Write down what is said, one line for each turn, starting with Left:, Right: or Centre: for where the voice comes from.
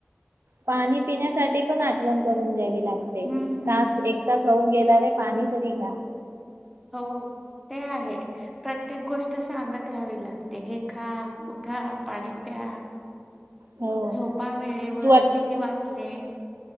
Right: पाणी पिण्यासाठी पण आठवण करून द्यावी लागते
Centre: हम्म
Right: तास एक तास होऊन गेला रे पाणी तरी घ्या
Centre: हो ते आहे प्रत्येक गोष्ट सांगत राहावी लागते हे खा उठा पाणी प्या
Right: हो
Centre: झोपा वेळेवर
Right: तू आ
Centre: किती वाचले